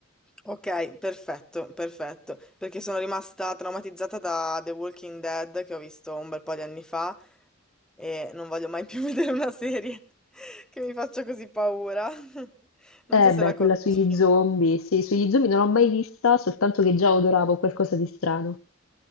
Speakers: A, in the centre; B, on the left.
A: Ok, perfetto, perfetto, perché sono rimasta traumatizzata da The Walking Dead che ho visto un bel po' di anni fa. E non voglio mai più <laughs> vedere una serie che mi faccia così paura. <laughs> Non
B: Eh
A: so se
B: beh,
A: la conosci.
B: quella sugli zombie, sì, sugli zombie non l'ho mai vista, soltanto che già odoravo qualcosa di strano.